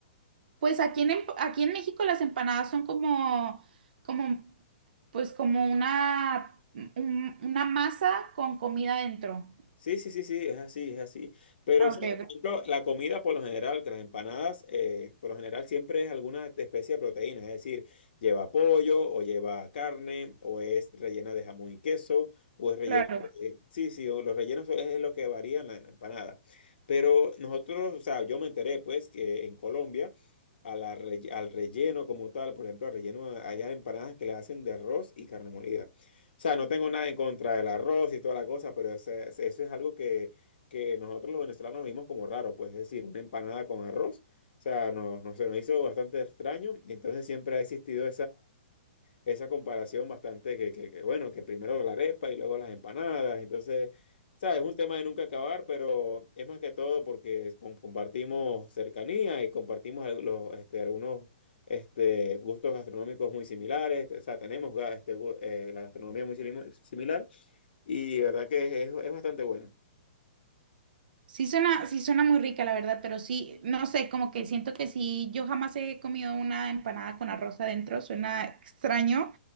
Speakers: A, on the right; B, on the left.
A: Pues aquí en, Emp- aquí en México las empanadas son como, como, pues como una, un- una masa con comida dentro.
B: Sí, sí, sí, sí, es así, es así. Pero,
A: Ah,
B: o sea,
A: ok,
B: por
A: ok,
B: ejemplo, la comida por lo general, que las empanadas, eh, por lo general siempre es alguna especie de proteína, es decir, lleva pollo o lleva carne o es rellena de jamón y queso o es rellena
A: claro.
B: de... Sí, sí, o los rellenos es lo que varía en la, en la empanada. Pero nosotros, o sea, yo me enteré pues que en Colombia a la relle- al relleno como tal, por ejemplo, al relleno hay empanadas que le hacen de arroz y carne molida. O sea, no tengo nada en contra del arroz y toda la cosa, pero ese- ese- eso es algo que, que nosotros los venezolanos vimos como raro, pues es decir, una empanada con arroz. O sea, no, no, se nos hizo bastante extraño y entonces siempre ha existido esa comparación bastante que, que, que, bueno, que primero la arepa y luego las empanadas. Entonces, sabes, es un tema de nunca acabar, pero es más que todo porque com- compartimos cercanía y compartimos al- los, este, algunos este, gustos gastronómicos muy similares. O sea, tenemos ga- este, gu- eh, la gastronomía muy silimo- similar y verdad que es, es bastante bueno.
A: Sí suena, sí suena muy rica, la verdad, pero sí, no sé, como que siento que sí, yo jamás he comido una empanada con arroz adentro, suena extraño,